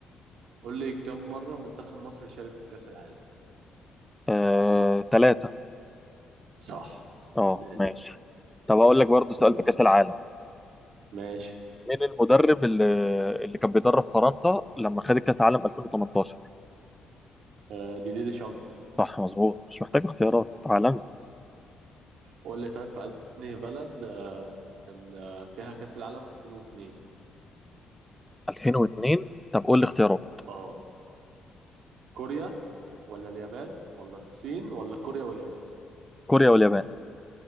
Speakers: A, on the right; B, in the centre.
A: قول لي كم مره منتخب مصر شارك في كاس العالم
B: آه... ثلاثة
A: صح
B: اه
A: فنان.
B: ماشي طب هقول لك برضه سؤال
A: يلا
B: في كأس العالم
A: ماشي
B: مين المدرب اللي اللي كان بيدرب فرنسا لما خدت كأس العالم 2018
A: آه، دي دي دي شامب
B: صح مظبوط مش محتاج اختيارات عالمي
A: قول لي طيب في انهي بلد آه، كان آه، فيها كأس العالم 2002
B: 2002 طب قول لي اختيارات
A: اه كوريا ولا اليابان ولا الصين ولا كوريا واليابان
B: كوريا واليابان